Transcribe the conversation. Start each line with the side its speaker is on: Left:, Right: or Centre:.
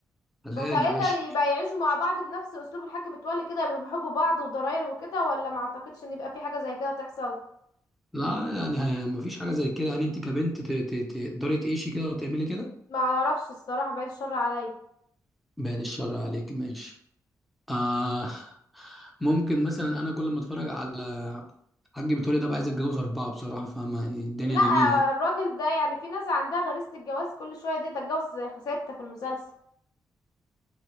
Centre: حلال
Left: بس هيقدر
Centre: يا باشا
Left: يبقى يعيشوا مع بعض بنفس أسلوب الحاج متولي كده يبقى بيحبوا بعض وضراير وكده ولا ما اعتقدش ان يبقى في حاجة زي كده تحصل
Centre: لا يعني ه- مفيش حاجة زي كده يعني أنت كبنت ت- ت- تقدري تعيشي كده وتعملي كده
Left: ما اعرفش الصراحة بعيد الشر عليا
Centre: بيان الشر عليك ماشي آه ممكن مثلا أنا كل ما أتفرج على حاج متولي ده بقى عايز أتجوز أربعة بصراحة فاهمة يعني الدنيا
Left: لا
Centre: جميلة
Left: الراجل ده يعني في ناس عندها غريزة الجواز كل شوية دي تتجوز ستة في المسلسل